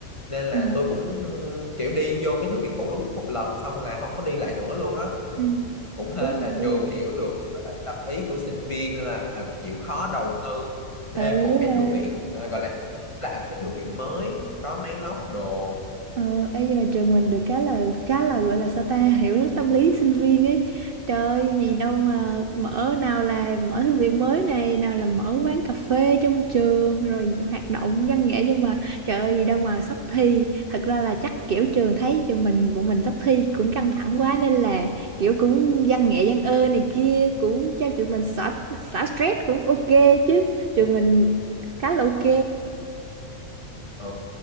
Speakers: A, on the left (about 25°); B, on the right (about 55°).
A: nên là
B: Ừ.
A: tôi cũng ừ, kiểu đi vô cái thư viện cũ đúng một lần xong là không có đi lại nữa luôn á
B: Ừ.
A: cũng hên
B: Đúng rồi,
A: là
B: đúng
A: trường
B: rồi.
A: hiểu được gọi là tâm ý của sinh viên nên là chịu khó đầu tư thêm
B: Ừ,
A: một
B: đúng rồi.
A: cái thư viện à, gọi là làm một cái thư viện mới có máy móc đồ
B: Ờ, ê, nhưng mà trường mình được cái là khá là gọi là sao ta hiểu tâm lý sinh viên ấy trời gì đâu mà mở nào là mở thư viện mới này nào là mở quán cà phê trong trường rồi hoạt động văn nghệ nhưng mà trời ơi gì đâu mà sắp thi thật ra là chắc kiểu trường thấy trường mình bọn mình sắp thi cũng căng thẳng quá nên là kiểu cũng văn nghệ văn ơ này kia cũng cho trường mình xả xả stress cũng ok chứ trường mình khá là ok
A: Ừ,